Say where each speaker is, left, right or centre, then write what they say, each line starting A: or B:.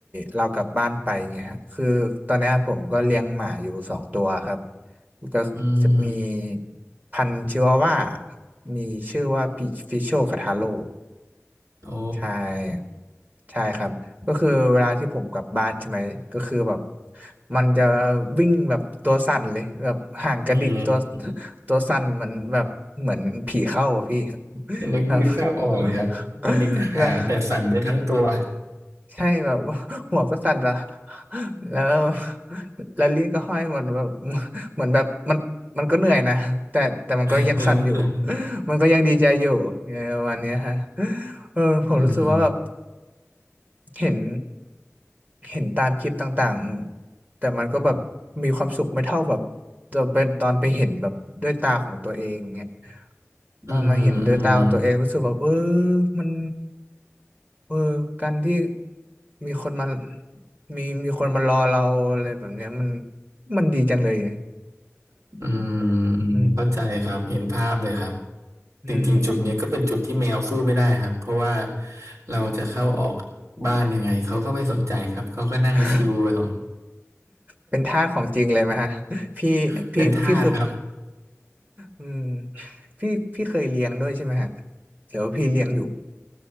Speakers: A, on the right; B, on the right.
A: เรากลับบ้านไปเงี้ยฮะคือตอนเนี้ยผมก็เลี้ยงหมาอยู่สองตัวครับก็จะมี
B: อืม
A: พันธุ์ชิวาว่ามีชื่อว่าพิชโชกับทาโร่
B: โอ้
A: ใช่ใช่ครับก็คือเวลาที่ผมกลับบ้านใช่ไหมก็คือแบบมันจะวิ่งแบบตัวสั่นเลยแบบห่างกระดิกตัว
B: อืม
A: <laughs> ตัวสั่นเหมือนแบบเหมือนผีเข้าอะพี่แ
B: นึกนึกภาพออกเลยครับปลาหมึกหางแต่สั่นไปทั้งตัว
A: บบ <laughs> แล้วใช่แบบหัวก็สั่นละแล้วแล้วลิ้นก็ห้อยเหมือนแบบเหมือนแบบมันมันก็เหนื่อยนะแต่แต่มันก็ยังสั่นอยู่
B: <laughs> เออเออ
A: <laughs> มันก็ยังดีใจอยู่ไงประมาณเนี้ยฮะเออผมรู้สึกว่าแบบ
B: อืม
A: เห็นเห็นตามคลิปต่างๆ แต่มันก็แบบมีความสุขไม่เท่าแบบตอนเป็นตอนไปเห็นแบบด้วยตาของตัวเองเงียตอนมาเห็นด้วยตาของตัวเองรู้สึกแบบเออ
B: อืมอืม
A: มันเออการที่มีคนมามีมีคนมารอเราอะไรแบบเนี้ยมันมันดีจังเลย
B: อืม
A: อื
B: เข้าใจครับเห็นภาพเลยครับ
A: มอืม
B: จริงๆจุดนี้ก็เป็นจุดที่แมวสู้ไม่ได้ครับเพราะว่าเราจะเข้าออกบ้านยังไงเขาก็ไม่สนใจครับเขาก็นั่งชิวไปของ
A: <laughs> เป็นทาสของจริงเลยไหมฮะ พี่พี่พี่คือ
B: <laughs> เป็นทาสครับ
A: อืมพี่พี่เคยเรียนด้วยใช่ไหมฮะเดี๋ยวาพี่เรียนอยู่